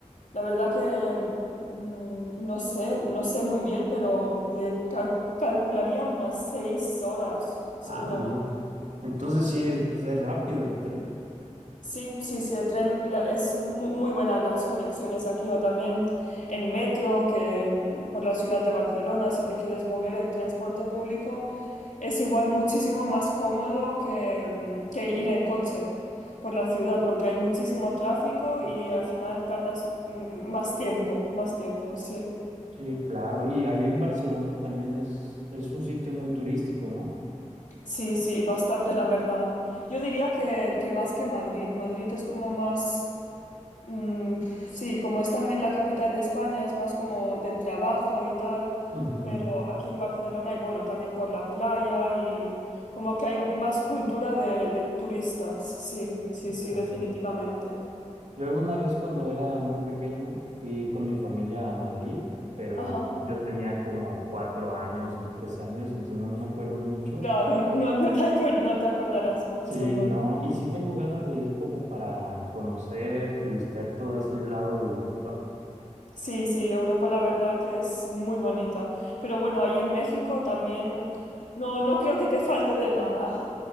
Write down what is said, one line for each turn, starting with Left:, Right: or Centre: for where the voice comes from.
Left: La verdad que mm, no sé, no sé muy bien, pero le cal- calcularía unas seis horas, seguramente.
Right: Ah, no. Entonces
Left: Sí,
Right: sí, es, pues, es rápido el tren.
Left: sí, sí, sí, el tren la- es mu- muy, buena las conexiones aquí o también en metro, que mm, por la ciudad de Barcelona, si te quieres mover, el transporte público es igual muchísimo más cómodo que, mm, que ir en coche por la ciudad, porque hay muchísimo tráfico y al final tardas mm, más tiempo, más tiempo, sí.
Right: Sí, claro. Y ahí en Barcelona también es, es un sitio muy turístico, ¿no?
Left: Sí, sí, bastante la verdad. Yo diría que, que más que Madrid. Madrid es como más, mm, pf, sí, como es también la capital de España, es más como de trabajo y tal,
Right: Ujú,
Left: pero aquí en Barcelona y bueno, también por la playa y como que hay más cultura de, de turistas. Sí, sí, sí,
Right: Claro.
Left: definitivamente.
Right: Yo alguna vez cuando era muy pequeño fui con mi familia a Madrid, pero
Left: Ajá.
Right: yo tenía como cuatro años o tres años, entonces no me acuerdo mucho.
Left: Claro, no, no te acuer- no te acordarás mucho,
Right: Sí,
Left: ¿no?
Right: no, y sí tengo ganas de ir como para conocer, turistear todo ese lado de Europa.
Left: Sí, sí, Europa la verdad que es muy bonita. Pero bueno, ahí en México también no, no creo que te falte de nada.